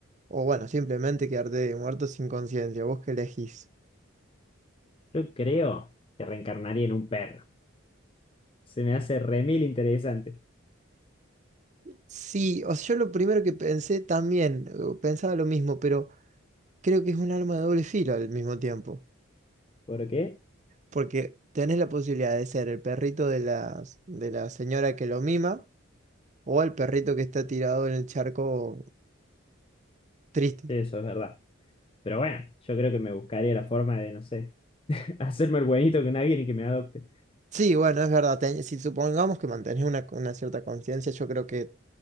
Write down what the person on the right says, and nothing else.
o bueno, simplemente quedarte muerto sin conciencia. ¿Vos qué elegís?
Sí, o sea, yo lo primero que pensé también, eh, pensaba lo mismo, pero creo que es un arma de doble filo al mismo tiempo,
porque tenés la posibilidad de ser el perrito de las- de la señora que lo mima o el perrito que está tirado en el charco triste.
Sí, bueno, es verdad. ten- si supongamos que mantenés una, una cierta conciencia, yo creo que